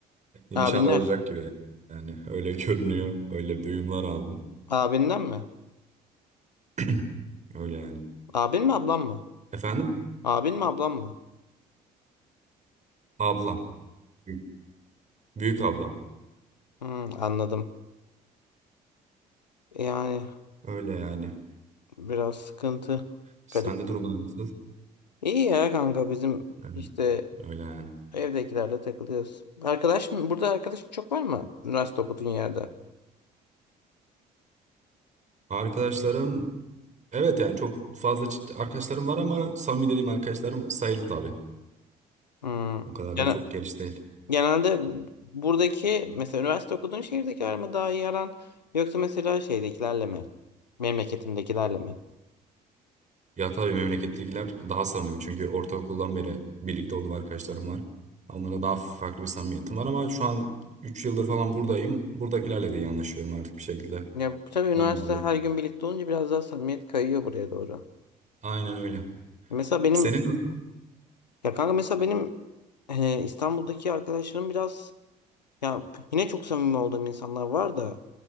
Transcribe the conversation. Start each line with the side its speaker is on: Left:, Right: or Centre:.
Right: Nişanlı
Left: Abinler.
Right: olacak gibi. Yani öyle <laughs> görünüyor. Öyle duyumlar aldım.
Left: Abinden mi?
Right: <clears throat> Öyle yani.
Left: Abin mi ablam mı?
Right: Efendim?
Left: Abin mi ablam mı?
Right: Ablam. Büyük, büyük ablam.
Left: Hmm, anladım. Yani
Right: Öyle yani.
Left: biraz sıkıntı.
Right: Sende
Left: Garip.
Right: durumlar nasıl?
Left: İyi ya kanka bizim
Right: Öyle
Left: işte
Right: öyle yani.
Left: evdekilerle takılıyoruz. Arkadaş mı? Burada arkadaşın çok var mı? Üniversite okuduğun yerde.
Right: Arkadaşlarım evet yani çok fazla çi- arkadaşlarım var ama samimi dediğim arkadaşlarım sayılı tabii.
Left: Hmm.
Right: O kadar
Left: Yani
Right: da çok geniş değil.
Left: Genelde buradaki mesela üniversite okuduğun şehirdekiler mi daha iyi aran yoksa mesela şeydekilerle mi? Memleketindekilerle mi?
Right: Ya tabii memlekettekiler daha samimi çünkü ortaokuldan beri birlikte olduğum arkadaşlarım var. Onlara daha farklı bir samimiyetim var ama şu an 3 yıldır falan buradayım. Buradakilerle de iyi anlaşıyorum artık bir şekilde.
Left: Ya tabii üniversite
Right: Onlarla
Left: her
Right: da.
Left: gün birlikte olunca biraz daha samimiyet kayıyor buraya doğru.
Right: Aynen öyle.
Left: Mesela benim
Right: Senin nasıl?
Left: ya kanka mesela benim e, İstanbul'daki arkadaşlarım biraz ya yine çok samimi olduğum insanlar var da